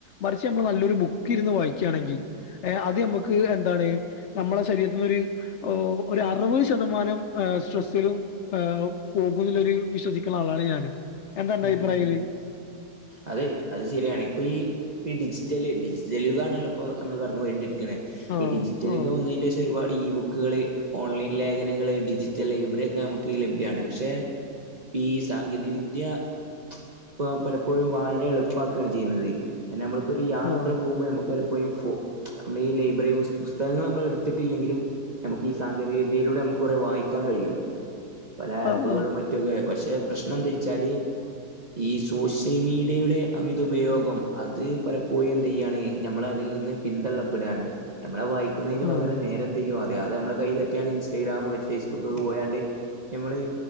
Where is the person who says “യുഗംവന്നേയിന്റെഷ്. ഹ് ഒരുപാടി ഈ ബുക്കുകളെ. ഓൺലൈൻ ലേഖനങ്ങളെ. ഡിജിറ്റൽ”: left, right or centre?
Right